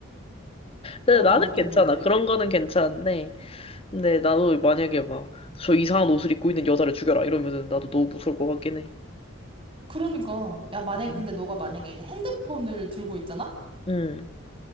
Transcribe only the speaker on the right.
어,
나 못해,
못해.
그러니까, 야, 만약에,
근데 너가 만약에 핸드폰을 들고 있잖아?